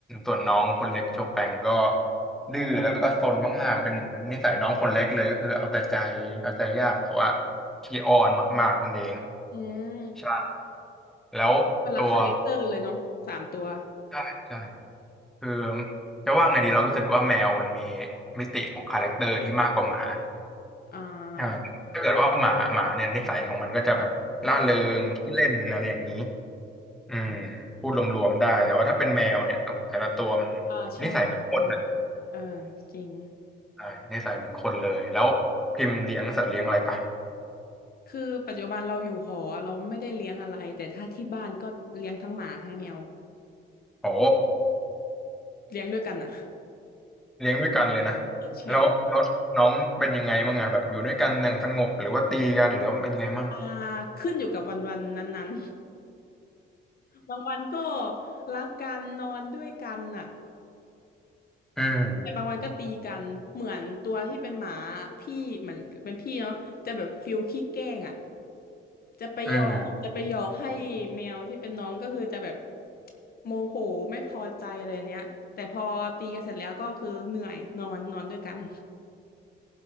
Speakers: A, in the centre; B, on the left.
A: ส่วนน้องคนเล็กโชแปงก็ดื้อแล้วก็ซนมากๆเป็นเหมือนนิสัยน้องคนเล็กเลยก็คือเอาแต่ใจเอาใจยากแต่ว่าขี้อ้อนมากๆนั่นเอง
B: อืม
A: ใช่แล้วตัว
B: มนละคาแรคเตอร์เลยเนาะสามตัว
A: ใช่ใช่คือจะว่าไงดีเรารู้สึกว่าแมวมันมีมิติของคาแรคเตอร์ที่มากกว่าหมา
B: อ่า
A: อ่าถ้าเกิดว่าหมาหมาเนี่ยนิสัยของมันก็จะแบบร่าเริงขี้เล่นอะไรอย่างนี้
B: ใช่
A: อืมพูดรวมๆได้แต่ว่าถ้าเป็นแมวเนี่ยโอ้โหแต่ละตัวมัน
B: อ่าใช่ใช่
A: นิสัยเหมือนคนนะ
B: เออจริง
A: ใช่นิสัยเหมือนคนเลยแล้วพิมพ์เลี้ยงสัตว์เลี้ยงอะไรปะ
B: คือปัจจุบันเราอยู่หอเราไม่ได้เลี้ยงอะไรแต่ถ้าที่บ้านก็เลี้ยงทั้งหมาทั้งแมว
A: โอ้
B: เลี้ยงด้วยกันอ่ะ
A: เลี้ยงด้วยกันเลยนะ
B: <laughs> ใช่
A: แล้วแล้วน้องเป็นยังไงมั่งอะแบบอยู่ด้วยกันอย่างสงบหรือว่าตีกันหรือว่าเป็นยังไงมั่ง
B: อ่าขึ้นอยู่กับวันวันนั้นๆ <laughs> บางวันก็รักกันนอนด้วยกันน่ะ
A: อืม
B: แต่บางวันก็ตีกันเหมือนตัวที่เป็นหมาพี่เหมือนเป็นพี่เนาะจะแบบฟิลขี้แกล้งอ่ะจะไปหยอกจะไปหยอกให้แมวที่เป็นน้องก็คือจะแบบ
A: อืม
B: โมโหไม่พอใจอะไรเนี้ยแต่พอตีกันเสร็จแล้วก็คือเหนื่อยนอนนอนด้วยกัน